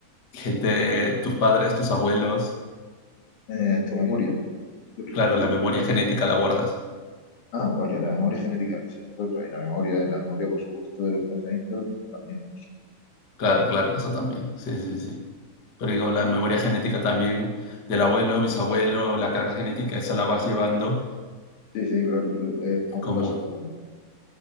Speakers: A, on the left; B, on the left.
A: Gente, tus padres, tus abuelos.
B: eh, tu memoria? Yo
A: Claro,
B: ni recuerdo.
A: la memoria genética la guardas.
B: Ah, vale, la memoria genética, que se es otra, y la memoria, la memoria por su gusto de los pensamientos también.
A: Claro, claro, eso también. Sí, sí, sí. Pero digo, la memoria genética también del abuelo, bisabuelo, la carga genética, esa la vas llevando
B: Sí, sí, claro, claro, es como
A: como
B: se pasa de, un-